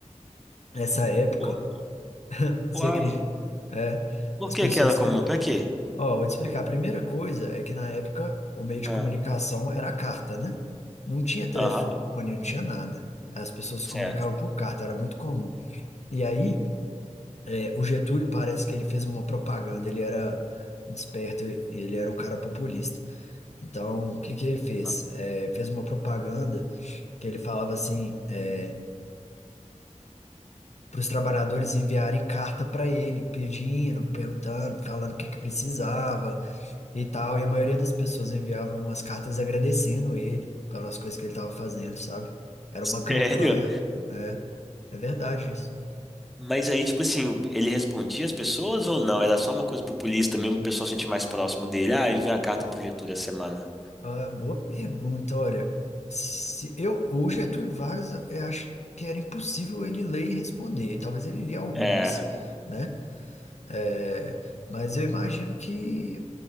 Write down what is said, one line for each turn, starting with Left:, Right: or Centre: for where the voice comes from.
Left: Nessa época,
Centre: por-
Left: você
Centre: uai,
Left: acredita? É,
Centre: por
Left: as
Centre: que
Left: pessoas
Centre: que era
Left: escreviam.
Centre: comum? Pra quê?
Left: Ó, vou te explicar. A primeira coisa é que na época o meio de
Centre: Ah,
Left: comunicação era a carta, né? Não tinha telefone,
Centre: aham,
Left: não tinha nada. As pessoas
Centre: certo.
Left: se comunicavam por carta, era muito comum. E aí, é, o Getúlio parece que ele fez uma propaganda, ele era desperto, ele era um cara populista. Então, o que que ele fez?
Centre: Ah,
Left: É, fez uma propaganda que ele falava assim, é, para os trabalhadores enviarem carta para ele, pedindo, perguntando, falando o que que precisava e tal. E a maioria das pessoas enviavam umas cartas agradecendo ele pelas coisas que ele estava fazendo, sabe? Era
Centre: <laughs>
Left: uma campanha.
Centre: Sério?
Left: É, é verdade isso.
Centre: Mas aí, tipo assim, o- ele respondia as pessoas ou não? Era só uma coisa populista mesmo, o pessoal sentir mais próximo dele. Ah, enviar a carta pro Getúlio essa semana.
Left: Ah, boa pergunta, olha. Se eu, o Getúlio Vargas, eu acho que era impossível ele ler e responder. Talvez ele lia algumas,
Centre: É.
Left: né? É, mas eu imagino que